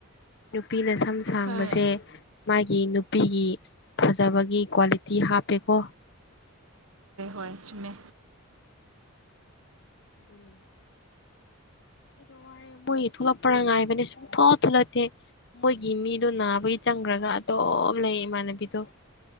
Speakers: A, on the left; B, on the right.
A: ꯅꯨꯄꯤꯅ ꯁꯝ ꯁꯥꯡꯕꯁꯦ
B: ꯍꯣꯏ
A: ꯃꯥꯒꯤ ꯅꯨꯄꯤꯒꯤ ꯐꯖꯕꯒꯤ ꯀ꯭ꯋꯥꯂꯤꯇꯤ ꯍꯥꯞꯄꯦꯀꯣ
B: ꯍꫭꯏ ꯆꯨꯝꯃꯦ
A: ꯑꯗꯨꯅꯤ ꯑꯩꯗꯣ ꯋꯥꯔꯦ ꯃꯣꯏ ꯊꯣꯛꯂꯛꯄꯔ ꯉꯥꯏꯕꯅꯦ ꯁꯨꯝ ꯊꯣꯛ ꯊꯣꯛꯂꯛꯇꯦ ꯃꯣꯏꯒꯤ ꯃꯤꯗꯨ ꯅꯥꯕꯒꯤ ꯆꯪꯈ꯭ꯔꯒ ꯑꯗꯨꯝ ꯂꯩ ꯏꯃꯥꯟꯅꯕꯤꯗꯣ